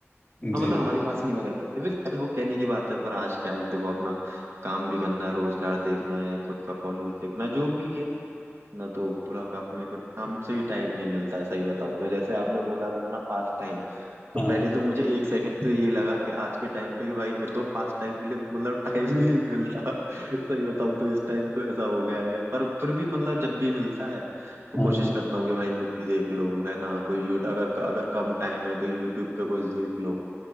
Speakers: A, on the right; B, on the left.
A: हाँ
B: जी
A: मतलब हमारे पास नहीं हुआ करते थे फिर यार वो कहने की बात है पर आज क्या है कि देखो अपना काम भी करना है रोजगार देखना है या खुद का कॉलेज देखना जो भी है ना तो पूरा का अपने फिर काम से ही टाइम नहीं मिलता है सही बताऊं तो जैसे आपने बोला था ना पास टाइम तो
B: हाँ
A: पहले तो मुझे एक सेकंड तो ये लगा कि आज के टाइम पे कि भाई मेरे को पास टाइम के लिए मतलब टाइम ही नहीं मिलता <laughs> सही बताऊं तो इस टाइम तो ऐसा हो गया है पर फिर भी मतलब जब भी मिलता है तो
B: हाँ
A: कोशिश करता हूँ कि भाई मूवी देख लो है ना कोई यूट अगर अगर कम टाइम है तो यूट्यूब पे कुछ देख लो